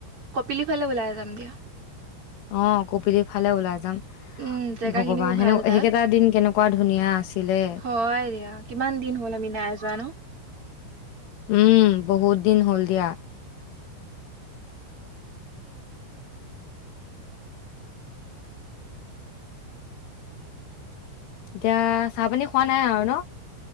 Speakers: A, on the right; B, on the left.
A: কপিলি ফালে ওলাই যাম দিয়া।
B: অ', কপিলি ফালে ওলাই যাম।
A: উম জেগা
B: ভগৱান
A: খিনিও
B: সেনেক
A: ভাল তাত
B: সেইকেইটা দিন কেনেকুৱা ধুনীয়া আছিলে।
A: হয়', দিয়। কিমান দিন হ'ল আমি নাই যোৱা ন'?
B: উম', বহুত দিন হ'ল দিয়া। এতিয়া চাহ পানী খোৱা নাই আৰু ন'?